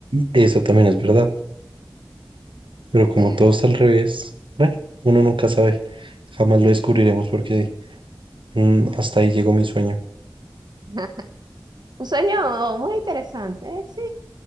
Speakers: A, on the right; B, on the right.
A: Eso también es verdad, pero como
B: Pero,
A: todo está al revés, bueno, uno nunca sabe. Jamás lo descubriremos porque mm, hasta ahí llegó mi sueño.
B: ajá. Un sueño muy interesante, ¿eh? sí.